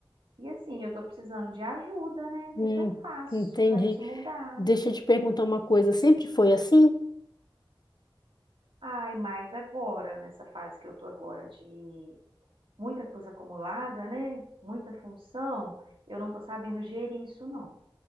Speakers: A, on the right (about 80°); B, on the left (about 50°).
A: E assim, eu tô precisando de ajuda, né? O
B: hum,
A: que que eu faço
B: entendi.
A: para isso mudar?
B: Deixa eu te perguntar uma coisa, sempre foi assim?
A: Ai, mais agora, nessa fase que eu tô agora de muita coisa acumulada, né? Muita função, eu não tô sabendo gerir isso, não.